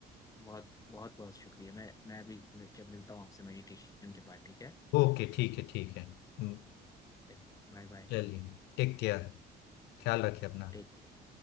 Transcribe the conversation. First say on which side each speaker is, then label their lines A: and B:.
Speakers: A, on the left (about 20°); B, on the left (about 85°).
A: बहुत बहुत बहुत शुक्रिया मैं मैं भी जब मिलता हूँ आपसे मेडिटेशन के बाद ठीक है
B: ओके ठीक है ठीक है हम्म,
A: चलिए बाय बाय
B: चलिए टेक केयर ख्याल रखिए अपना
A: Take care